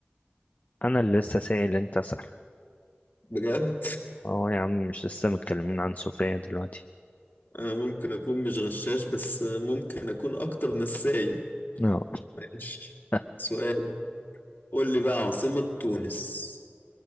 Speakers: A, on the left; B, on the left.
A: انا اللي لسه سائل انت اسأل
B: بجد
A: اه يا عم مش لسه متكلمين عن صوفيا دلوقتي
B: انا ممكن اكون مش غشاش بس ممكن اكون اكتر نساي
A: اه
B: ماشي
A: <laughs>
B: سؤال قول لي بقى عاصمة تونس